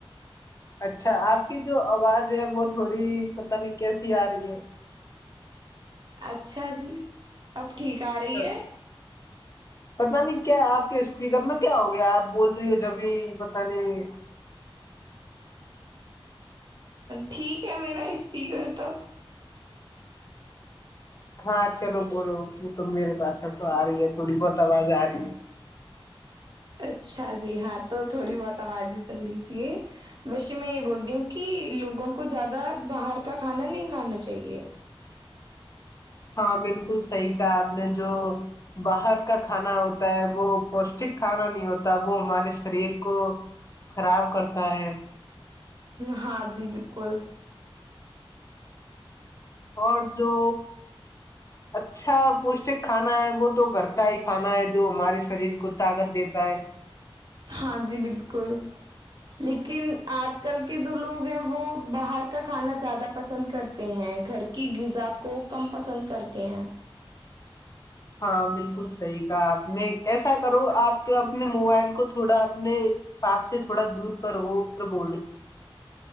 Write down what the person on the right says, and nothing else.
اچھا جی ۔ ٹھیک آ رہی
ہے۔
ٹھیک ہے میرا اسپیکر تو۔
اچھا جی ہاں تو تھوڑی بہت آواز ہی سن لیجیے ویشے میں یہ بول رہی ہوں کہ لوگوں کو زیادہ باہر کا کھانا نہیں کھانا چاہیے۔
ہاں جی بالکل۔
ہاں جی بالکل۔ لیکن آج کل۔ جو لوگ ہیں وہ باہر کا کھانا زیادہ پسند کرتے ہیں گھر کی غذا کو کم پسند کرتے ہیں۔